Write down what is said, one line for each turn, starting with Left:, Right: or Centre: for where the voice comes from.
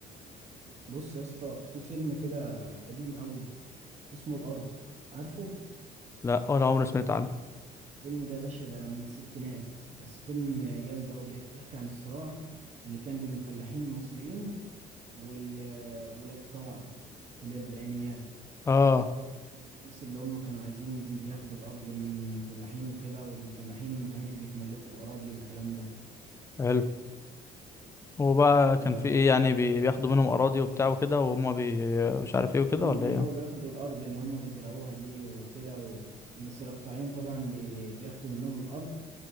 Right: بص يا اسطى في فيلم كده قديم قوي اسمه الارض عارفه
Left: لا ولا عمري سمعت عنه
Right: الفيلم ده يا باشا ده من الستينات بس فيلم جامد ده وبيحكي عن الصراع اللي كان بين الفلاحين المصريين وال والاقطاع في الاربعينيات
Left: اه
Right: هم الناس اللي هم كانوا عايزين بياخدوا الارض من الفلاحين وكده والفلاحين ما كانوش بيتملكوا الاراضي والكلام
Left: حلو هو بقى كان
Right: ده
Left: في ايه يعني بي- بياخدوا منهم اراضي وبتاع وكده وهم بي مش عارف ايه وكده
Right: هما
Left: ولا
Right: بيحاولوا
Left: ايه
Right: ياخدوا الأرض اللي هما بيزرعوها دي وكده و... بس الإقطاعيين طبعا بي... بياخدوا منهم الأرض